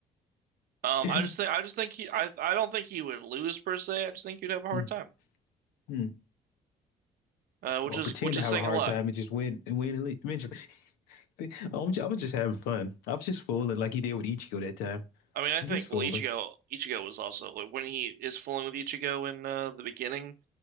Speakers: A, on the right; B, on the left.
A: Um,
B: <laughs>
A: I just think I just think he I I don't think he would lose per se. I just think he'd have a hard
B: Hmm,
A: time,
B: hmm.
A: uh, which
B: Or
A: is
B: pretend
A: which
B: to
A: is
B: have
A: saying
B: a hard
A: a lot.
B: time and just win and win and leave eventually. <laughs> I'm ju- I was just having fun. I was just fooling like he did with Ichigo that time.
A: I mean, I
B: I'm
A: think
B: just fooling.
A: well, Ichigo Ichigo was also like when he is fooling with Ichigo in uh, the beginning.